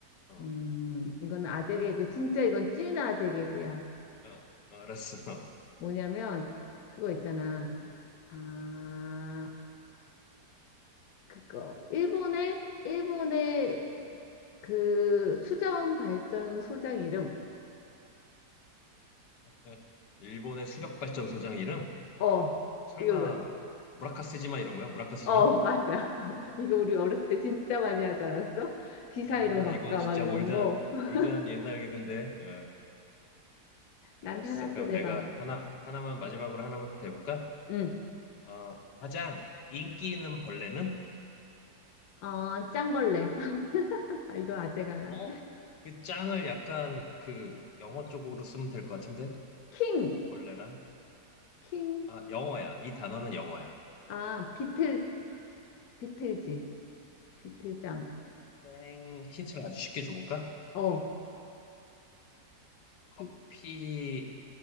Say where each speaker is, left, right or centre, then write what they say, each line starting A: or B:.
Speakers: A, on the left (about 85°); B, on the left (about 65°).
A: 어.
B: 음, 이건 아재
A: 어.
B: 개그. 진짜 이건 찐 아재 개그야.
A: 어, 알았어.
B: 뭐냐면 그거 있잖아.
A: 음.
B: 아, 그거. 일본의, 일본의
A: 음.
B: 그 수자원 발전소장 이름.
A: 에, 일본의 수력 발전소장 이름?
B: 어,
A: 설마
B: 이거 우리
A: 무라카스지마 이런 거야? 무라카스지마?
B: 어, 맞아. <laughs> 이거 우리 어렸을 때 진짜 많이 하지 않았어? 귀 사이로
A: 아,
B: 막가
A: 이건 진짜
B: 막 이런
A: 올드한
B: 거. <laughs>
A: 올드한 옛날 개근데. 어, 알았어.
B: 나한테 하나
A: 그럼
B: 또 내봐.
A: 내가 하나 하나만 마지막으로 하나만 더 해볼까?
B: 응.
A: 어, 가장 인기 있는 벌레는?
B: 어, 짱벌레. <laughs> 아, 이건 아재가 나.
A: 어? 그 짱을 약간 그 영어 쪽으로 쓰면 될 것 같은데?
B: 킹.
A: 벌레랑?
B: 킹.
A: 아, 영어야. 이 단어는 영어야.
B: 아, 비틀, 비틀지. 비틀장.
A: 땡 힌트를 아주 쉽게 줘볼까?
B: 어,
A: 커피
B: 비,